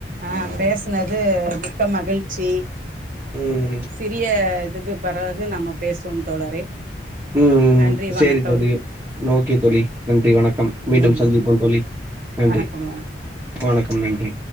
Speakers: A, on the right; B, on the right.
A: ஆ பேசனது மிக்க மகிழ்ச்சி
B: ம்
A: சிறிய இதுக்கு பெறகு நம்ம பேசுவோம் தோழரே
B: ம்
A: நன்றி
B: சேரி
A: வணக்கம்
B: தோழி ஓகே தோழி நன்றி வணக்கம் மீண்டும்
A: ம்
B: சந்திப்போம்
A: வணக்
B: தோழி நன்றி
A: வணக்கம் வணக்
B: வணக்கம் நன்றி